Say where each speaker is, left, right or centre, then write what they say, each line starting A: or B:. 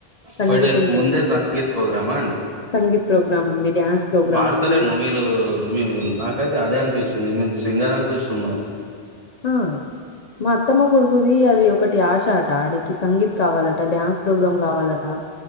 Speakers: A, on the left (about 45°); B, on the right (about 35°).
A: సంగీత్
B: ఫైవ్ డేస్
A: ఉంటది.
B: ముందే సంగీత్ ప్రోగ్రామా అండి
A: సంగీత్ ప్రోగ్రామ్ ఉంది డ్యాన్స్ ప్రోగ్రామ్
B: ఆడతారేమో
A: ఉంది.
B: మీలు మీ నాకైతే అదే అనిపిస్తుంది మీర్ సింగర్ అనిపిస్తుంది నాక్
A: ఆ మా అత్తమ్మ కొడుకుది అది ఒకటి ఆశ అట ఆడికి సంగీత్ కావాలట డ్యాన్స్ ప్రోగ్రామ్ కావాలట